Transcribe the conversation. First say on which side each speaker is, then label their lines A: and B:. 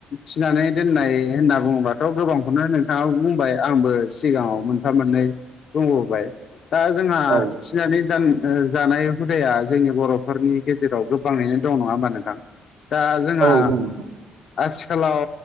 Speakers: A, on the left; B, on the right.
A: फिनानै दोननाय होनना बुङोबाथ' गोबांखौनो नोंथाङा बुंबाय आंबो सिगाङाव थानानै बुंबोबाय। दा जोंहा
B: औ
A: फिनानै दान जानाय हुदाया जोंनि बर'फोरनि गेजेराव गो दं नङा होमबा नोंथां दा जोंहा
B: औ दङ दङ
A: आथिखालाव